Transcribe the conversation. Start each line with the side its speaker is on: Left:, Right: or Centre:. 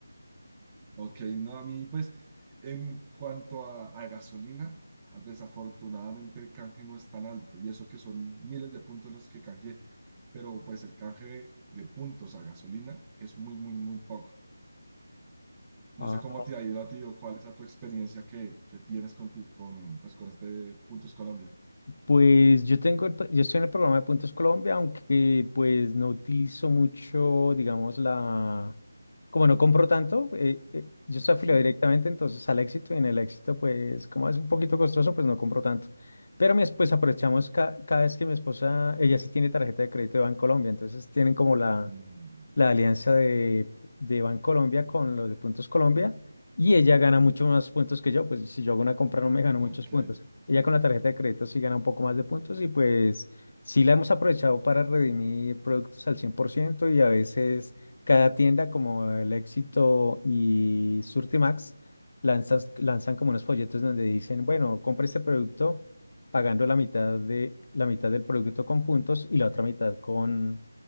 Right: ok, no, a mí pues en cuanto a, a gasolina, desafortunadamente el canje no es tan alto y eso que son miles de puntos los que canjeé, pero pues el canje de puntos a gasolina es muy, muy, muy poco.
Left: Ah,
Right: No sé cómo te ha ido a ti o cuál es a tu experiencia que, que tienes con, ti, con, pues, con este Puntos Colombia.
Left: Pues yo tengo, el pro- yo estoy en el programa de Puntos Colombia, aunque pues no utilizo mucho, digamos, la, como no compro tanto, eh, eh, yo estoy
Right: Sí.
Left: afiliado directamente entonces al Éxito y en el Éxito pues como es un poquito costoso pues no compro tanto. Pero mi esposa, aprovechamos ca- cada vez que mi esposa, ella sí tiene tarjeta de crédito de Bancolombia, entonces tienen como la,
Right: Mm,
Left: la alianza de, de Bancolombia con los de Puntos Colombia. Y ella gana mucho más puntos que yo, pues si yo hago una compra no me gano muchos
Right: ok.
Left: puntos. Ella con la tarjeta de crédito sí gana un poco más de puntos y pues sí la hemos aprovechado para redimir productos al 100% y a veces cada tienda como El Éxito y Surtimax lanzas lanzan como unos folletos donde dicen, bueno, compre este producto pagando la mitad de, la mitad del producto con puntos y la otra mitad con,